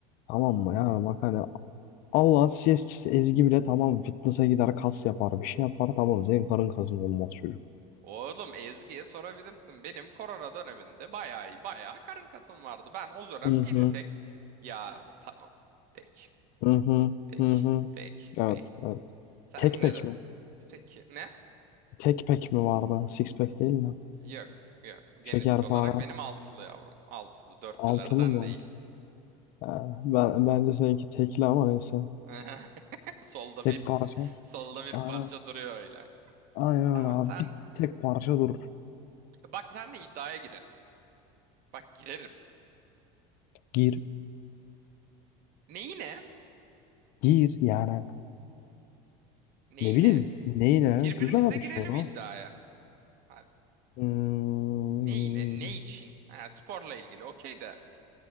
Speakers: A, on the left; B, on the right.
A: Tamam mı ya? Bak hani Allah'ın CS'çisi Ezgi bile tamam fitness'a gider kas yapar bir şey yapar tamam senin karın kasın olmaz çocuk.
B: Oğlum Ezgi'ye sorabilirsin. Benim korona döneminde bayağı bayağı karın kasım vardı. Ben o dönem
A: Hı
B: bir
A: hı
B: tek ya tamam. Peki.
A: hı hı
B: Peki.
A: hı hı.
B: Peki.
A: Evet,
B: Peki.
A: evet.
B: Sen
A: Tek
B: ne
A: pek
B: de
A: mi?
B: peki ne?
A: Tek pek mi vardı? Six pack değil mi?
B: Yok. Yok. Genetik
A: Şekerpare.
B: olarak benim altılı yavrum. Altılı. Dörtlülerden
A: Altılı mı?
B: değil.
A: Ha, ben, bence seninki tekli ama neyse.
B: <laughs> Solda
A: Tek
B: bir,
A: parça.
B: solda bir
A: Aynen.
B: parça duruyor öyle.
A: Aynen
B: Tamam
A: öyle abi.
B: sen,
A: Bir tek parça dur.
B: bak sen de iddiaya girelim. Bak girerim.
A: Gir.
B: Neyi ne?
A: Gir yani.
B: Neyi
A: Ne bileyim.
B: ne?
A: Neyle?
B: Birbirimizle
A: Güzel bir
B: girelim
A: soru.
B: iddiaya. Hadi.
A: Hmm,
B: Neyi ne? Ne için? Ha, sporla ilgili. Okey de.